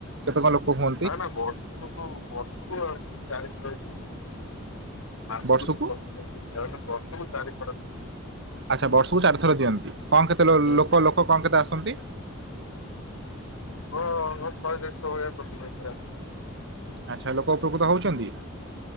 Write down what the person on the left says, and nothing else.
ନା ନା ବର୍ଷକୁ ବର୍ଷକୁ ଆଉ ଚାରିଶହ ଦିଅନ୍ତି। ମାସକୁ
ପ୍ରତିିବର୍ଷ ଦେଢସ ବର୍ଷକୁ ଚାରି ଥର <unintelligible>
ହୁଁ ହୁଁ।
ହଁ ଅ ଶହେ ଦେଢଶହ ଭଳିଆ ପ୍ରତି ମାସରେ ଆସୁଚନ୍ତି।